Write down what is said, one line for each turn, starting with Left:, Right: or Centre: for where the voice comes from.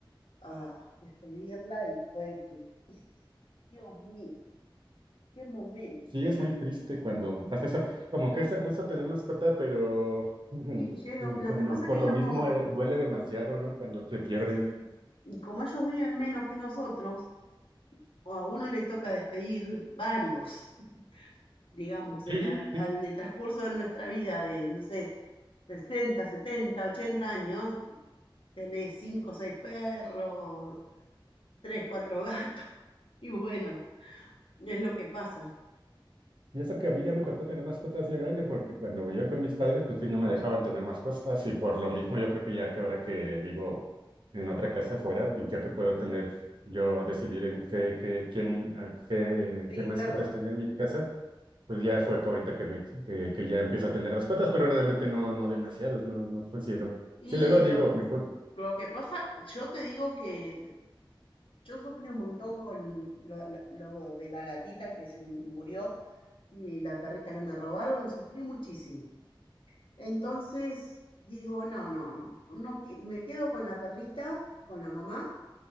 Left: a despedirla y fue tristísimo. Dios mío. Qué momento.
Right: Sí, es muy triste cuando pasa eso. Como que es hermoso tener mascota, pero
Left: Sí, Yero,
Right: <laughs>
Left: lo
Right: cuando
Left: que pasa
Right: por
Left: es que ellos
Right: lo mismo
Left: como,
Right: eh, duele demasiado, ¿no? Cuando se pierden.
Left: sí, y como ellos viven menos que nosotros, o a uno le toca despedir varios, <laughs> digamos, en,
Right: Sí,
Left: la-
Right: sí.
Left: al- en el transcurso de nuestra vida de, no sé, 60, 70, 80 años, tenés 5, 6 perros, 3 4 gatos, <laughs> y bueno, es lo que pasa.
Right: Y eso que a mí ya me tocó tener mascotas ya grande, porque cuando vivía con mis padres, pues sí, no me dejaban tener mascotas. Y por lo mismo, yo creo que ya que ahora que vivo en otra casa fuera, ya que puedo tener, yo decidir en qué, qué, quién, ah, qué,
Left: Sí,
Right: qué mascotas
Left: claro.
Right: tener en mi casa, pues ya fue que ahorita que, me, que, que ya empiezo a tener mascotas, pero realmente no, no demasiados, no, no considero.
Left: Y
Right: Sí, luego digo,
Left: lo,
Right: me encuentro,
Left: lo que pasa, yo te digo que Yo sufrí un montón con lo, la- lo de la gatita que se murió y la perrita que me robaron, sufrí muchísimo. Entonces digo, no, no, no, no, no qui- me quedo con la perrita, con la mamá,